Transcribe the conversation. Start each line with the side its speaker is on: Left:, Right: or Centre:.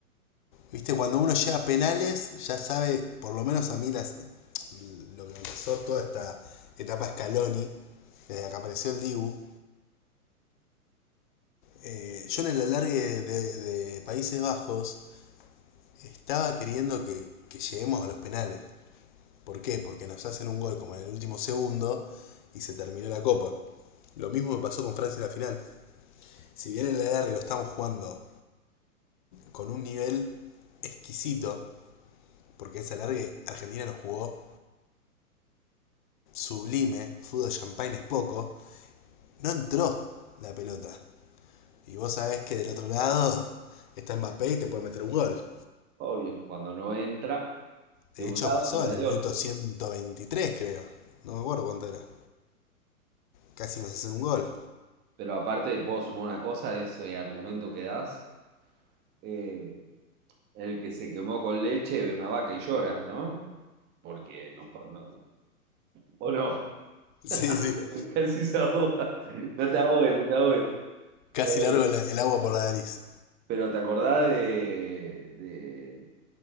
Left: Viste, cuando uno llega a penales, ya sabe, por lo menos a mí, las, lo que me pasó toda esta etapa Scaloni, desde que apareció el Dibu. eh, yo en el alargue de, de Países Bajos estaba queriendo que, que lleguemos a los penales. ¿Por qué? Porque nos hacen un gol como en el último segundo y se terminó la copa. Lo mismo me pasó con Francia en la final. Si bien el alargue lo estamos jugando con un nivel exquisito, porque ese alargue Argentina nos jugó sublime, fútbol champagne es poco, no entró la pelota. Y vos sabés que del otro lado está Mbappé y te puede meter un gol.
Right: Obvio, cuando no entra
Left: De
Right: de un
Left: hecho
Right: lado,
Left: pasó
Right: entra
Left: en
Right: del
Left: el minuto
Right: otro.
Left: 123 creo. No me acuerdo cuánto era. Casi nos hacen un gol.
Right: Pero aparte, puedo sumar una cosa, ese argumento que das. eh, el que se quemó con leche ve una vaca y llora, ¿no? Porque no, no, o no.
Left: Sí, sí.
Right: <laughs> Casi se ahoga. No te ahogues, no te ahogues.
Left: Casi
Right: Eh,
Left: largo el agua por la nariz.
Right: pero ¿te acordás de, de